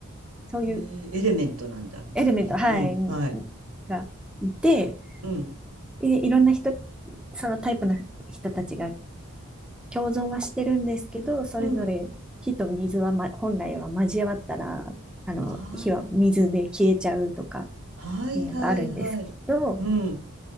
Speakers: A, in the centre; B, on the right (about 80°).
A: そういう
B: へえ、エレメントなんだ、まさに。
A: エレメント、はい、
B: うん、はい。
A: がいて、
B: うん、
A: い、いろんな人、そのタイプの人たちが共存はしてるんですけど、それぞれ火と水は、
B: うん。
A: ま、本来は交わったら、あの、
B: あ
A: 火は水で消えちゃうとか
B: あ、はいはいはい。
A: いうのがあるんですけど、
B: うん、